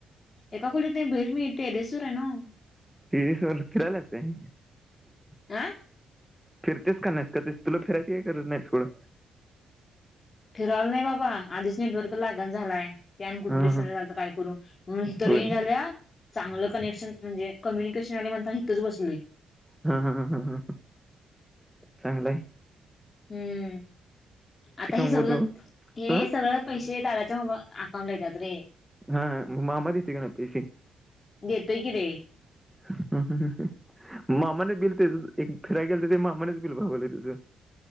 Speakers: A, on the left; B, in the centre.
A: एका खोलीत नाही बाहेर मी इथे दिसू राही ना.
B: टेरेस वर फिरायलात. <unintelligible>
A: आं
B: फिरतेस का नाही फिरतेस तुला फिरायची ही गरज नाहीस सोड.
A: फिरायला नाही बाबा आधीच <unintelligible> <unintelligible>
B: हा हा होय
A: चांगलं कनेक्शन म्हणजे कम्युनिकेशन आणि म्हणताय इथंच बसलोय.
B: हा हा ह चांगलंय.
A: हम्म आता हे
B: कमवतो
A: सगळं हे
B: हा
A: सगळं पैसे दादाच्या म अकाउंट ला येतात रे.
B: हा मामा देतोय का नाय पैसे
A: देतोय की रे
B: हुं हुं हुं मामाने बिल तेच फिराय गेल तर मामानेच बिल भागवलंय तुझं.